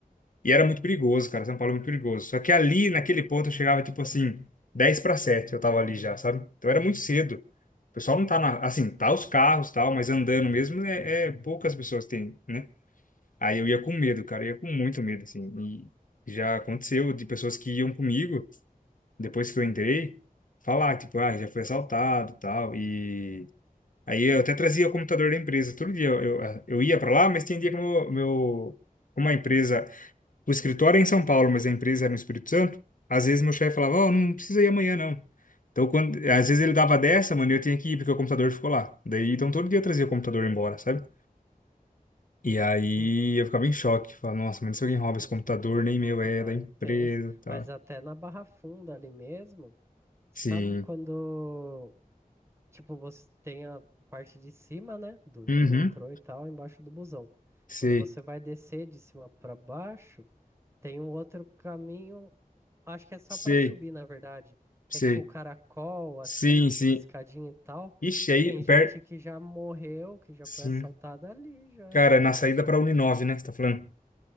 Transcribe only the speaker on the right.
Hum,
não.
Lá
é tenso.
Mas até na Barra Funda ali mesmo, sabe
quando, tipo, você tem a parte de cima, né, do,
do metrô e tal, embaixo do busão.
Quando você vai descer de cima pra baixo, tem um outro caminho Acho que é só
pra subir, na verdade. Que
é tipo o caracol, assim,
que
tem escadinha e tal.
Tem gente
que já morreu, que já
foi assaltada ali já.